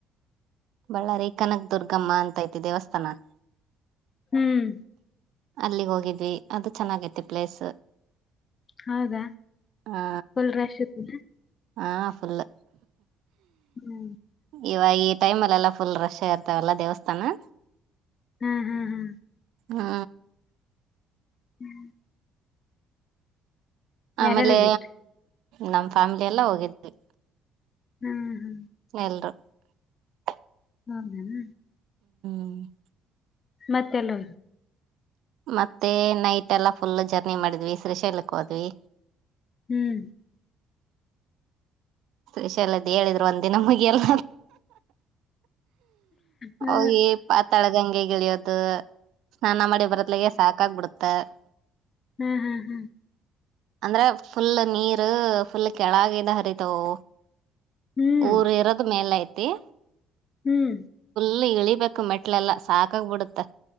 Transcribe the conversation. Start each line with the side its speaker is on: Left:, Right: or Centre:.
Right: ಬಳ್ಳಾರಿ, ಕನಕ್ ದುರ್ಗು. <inaudible> ಕ್ಕಮ್ಮ, ಅಂತ, ಐತಿ ದೇವಸ್ಥಾನ. <inaudible>
Left: ಹ್ಮ್.. <inaudible>
Right: ಅಲ್ಲಿಗ್ ಹೋಗಿದ್ವಿ ಅದು ಚೆನ್ನಾಗೈತೆ ಪ್ಲೇಸ್
Left: ಹೌದ
Right: ಆ
Left: ಫುಲ್ ರಶ್ ಇತೇನ.
Right: ಹಾ ಫುಲ್
Left: ಹ್ಮ್
Right: ಇವಾಗ ಈ ಟೈಮ್ ಅಲ್ಲ ಎಲ್ಲಾ ಫುಲ್ ರಶ್ ಆ ಇರ್ತವಲ್ಲ ದೇವಸ್ಥಾನ
Left: ಹ್ಮ್ ಹ್ಮ್ ಹ್ಮ್
Right: ಹಾ
Left: ಹ್ಮ್
Right: ಅಮೇಲೆ
Left: ಯಾರ್ಯಾರ್ ಹೋಗಿದ್ರಿ
Right: ನಮ್ ಫಾರ್ಮ್ಗೆಲ್ಲ ಎಲ್ಲ ಹೋಗಿದ್ವಿ
Left: ಹ್ಮ್, ಹ್ಮ್. <inaudible>
Right: ಎಲ್ರು... <inaudible>
Left: ಹೌದೇನು
Right: <inaudible>
Left: ಮತ್ತೆಲ್ಲ.
Right: ಮತ್ತೆ ನೈಟ್ ಎಲ್ಲಾ ಫುಲ್ ಜರ್ನಿ ಮಾಡಿದ್ವಿ ಶ್ರೀಶೈಲಕ್ಕೆ ಹೋದ್ವಿ.
Left: ಹ್ಮ್
Right: ಶೀಶಲದ ಹೇಳಿದ್ರು ಒಂದ ದಿನ ಮುಗಿಯಲ್ಲ
Left: ಹಾ
Right: ಹೋಗಿ ಪಾತಾಳ ಗಂಗೆಗೆ ಯದು ಸ್ನಾನ ಮಾಡಿ ಬರತ್ಲಗೆ ಸಾಕ ಆಗ್ಬಿಡುತ್ತೆ ತ್ತೆ
Left: ಹಾಂ ಹಾಂ
Right: ಅಂದ್ರೆ ಫುಲ್ ನೀರ್ ಫುಲ್ ಕೆಳಗಿದ ಹರಿತವು
Left: ಹ್ಮ್
Right: ಊರ್ ಇರೋದ್ ಮೇಲೆ ಐತ್ <unintelligible>
Left: ಹ್ಮ್
Right: ಎ ಇಳಿಬೇಕು ಮೆಟ್ಲೆಲ್ಲಾ ಸಾಕಾಗ ಬಿಡುತ್ತೆ